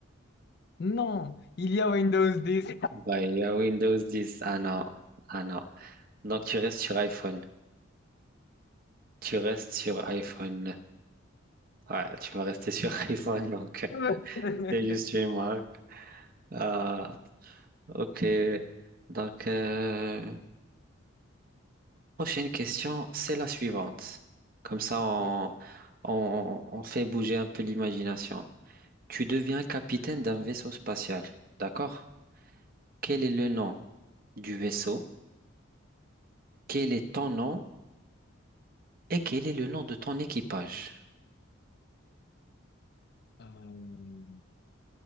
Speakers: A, on the left; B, on the right.
A: Non, il y a Windows 10.
B: Bah, il y a Windows 10. Ah non. Ah non. Donc, tu restes sur iPhone. Tu restes sur iPhone. Ouais, tu vas rester sur <laughs> iPhone. Donc, euh,
A: <laughs>
B: c'est juste une marque. Ah, ok. Donc, euh, prochaine question, c'est la suivante. Comme ça, on,
A: Oui.
B: on, on fait bouger un peu l'imagination. Tu deviens
A: ok,
B: capitaine d'un vaisseau spatial. D'accord? Quel
A: Oui.
B: est le nom du vaisseau? Quel est ton nom? Et quel est le nom de ton équipage?
A: Euh,